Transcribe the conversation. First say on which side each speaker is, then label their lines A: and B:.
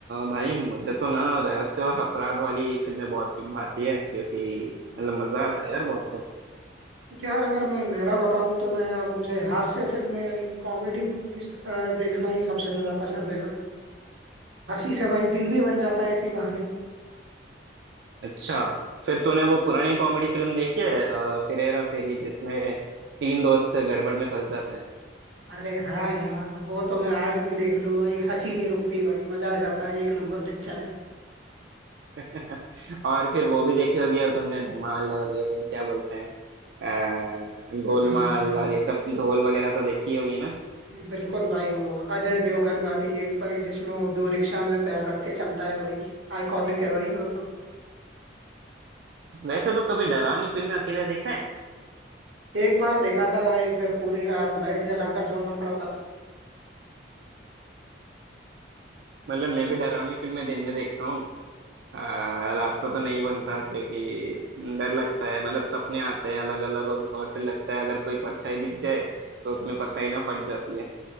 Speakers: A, on the right; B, on the right.
A: भाई मुझे तो ना रहस्य और अपराध वाली फिल्में बहुत भाती है क्योंकि मतलब मजा आता है यार बहुत तो
B: यार अगर मैं मेरा बताऊं तो ना यार मुझे हास्य फिल्में यानी कि कॉमेडी मूवीज देखना ही सबसे ज्यादा पसंद है भाई हंसी से भाई दिन भी बन जाता है इसी बहाने
A: अच्छा फिर तूने वो पुरानी कॉमेडी फिल्म देखी है अ, फिर हेरा फेरी जिसमें तीन दोस्त गड़बड़ में फंस जाते हैं
B: अरे हाँ यार वो तो मैं आज भी देख लूँ भाई हंसी नहीं रुकती भाई मजा आ जाता है एक नंबर पिक्चर है
A: <laughs> और फिर वो भी देखी होगी यार तुमने धमाल और ये क्या बोलते हैं अ, गोलमाल
B: हाँ हाँ
A: और ये सब ढोल वगैरह तो देखी होगी ना
B: बिल्कुल भाई वो अजय देवगन वाली एक भाई जिसमें वो दो रिक्शा में पैर रख के चलता है भाई आइकॉनिक है भाई वो तो
A: वैसे तो कभी डरावनी फिल्में अकेले देखा है
B: एक बार देखा था भाई फिर पूरी रात लाइट जलाकर सोना पड़ा था
A: मतलब मैं भी डरावनी फिल्में दिन में देखता हूँ अ, रात को तो नहीं बनता क्योंकि डर लगता है मतलब सपने आते हैं अलग अलग और और फिर लगता है अगर कोई परछाई दिख जाए तो तुम्हें पता ही ना फट जाती है